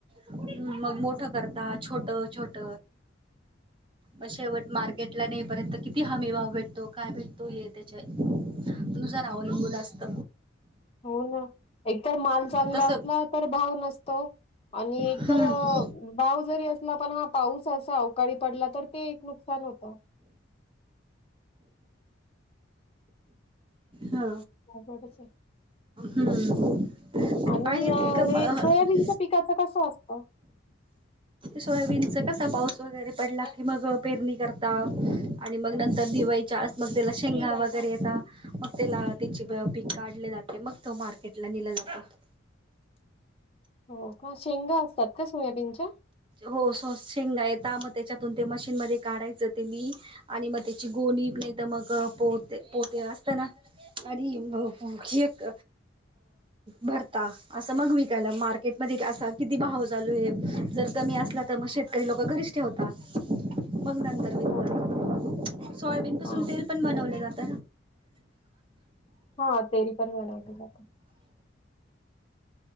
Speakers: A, on the right; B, on the left.
A: हम् मग मोठं करता
B: मग
A: छोट छोट. मग शेवट मार्केटला नाहीपर्यंत किती हमी भाव भेटतो काय भेटतो हे त्याच्या. नुसार अवलंबूल असत.
B: हो ना एकतर माल चांगला
A: तस
B: असला तर भाव नसतो. आणि एक
A: हम्म
B: तर भाव जरी असला पण हा पाऊस असा अवकाळी पडला तर. ते एक नुकसान होत.
A: हा
B: अवघडच आहे.
A: हम्म.
B: आणि
A: पाहिजे
B: हे
A: तितकं म
B: सोयाबीनच्या पिकाच कसं असत.
A: सोयाबीनचा कसा पाऊस वगैरे पडला की मग पेरणी करता आणि मग नंतर दिवाळी. मग त्या शेंगा वगैरे य मग त्याला त्या पीक काढले जाते मग त मार्केट. नला जात.
B: <unintelligible> हो का शेंगा असतात का सोयाबीनच्या.
A: हो शेंगा य मग त्याच्यातून मशीन म काढायच ते मी आणि मग त्याची गोणी नाही तर मग पोहते पोहते असत ना. आणि एक भरता असं मग विकाला मार्केटमध्ये. किती भाव चालू आहे जर कमी असला तर मग शेतकरी लोक घरीच ठेवतात मग नंतर ब
B: हो.
A: सोयाबीन पासून
B: हा
A: तेल पण बनवले जात.
B: हा तेल पण बनवले जात.